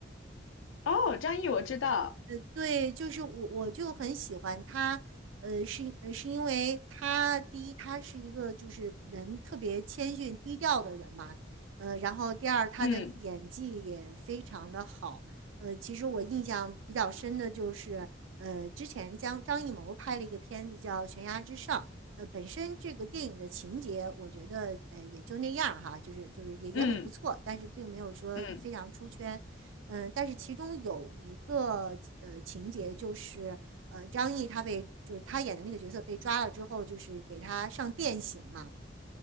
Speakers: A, on the left (about 85°); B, on the right (about 85°).
A: 哦，张译我知道，
B: 呃，对，就是我我就很喜欢他，呃，是呃是因为他第一，他是一个就是人特别谦逊低调的人嘛，呃，然后第二，他的演技也非常的好，
A: 嗯
B: 呃，其实我印象比较深的就是，呃，之前张张艺谋拍了一个片子叫《悬崖之上》，呃，本身这个电影的情节，我觉得呃也就那样儿哈，就是就是也也很不错，
A: 嗯
B: 但是并没有说非常出圈。
A: 嗯，
B: 嗯，但是其中有一个呃情节就是，呃，张译他被就是他演的那个角色被抓了之后，就是给他上电刑嘛。